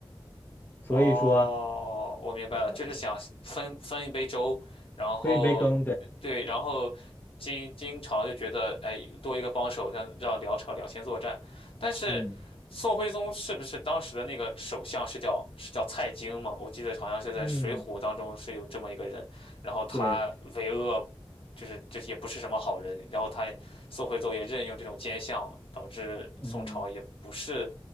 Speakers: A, on the left (about 20°); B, on the left (about 75°).
A: 所以说
B: 哦，我明白了，
A: 呃
B: 就是想分分一杯粥，然后对，
A: 分一杯羹，对，
B: 然后金金朝就觉得，哎，多一个帮手，让让辽朝两线作战。但是宋徽宗是不是当时的那个首相是叫是叫蔡京嘛？
A: 嗯。
B: 我记得好像是在《水浒》当中是有这么一个人，
A: 嗯，
B: 然后他为恶，
A: 对，
B: 就是就是也不是什么好人，然后他也宋徽宗也任用这种奸相，导致宋朝也不是。
A: 嗯，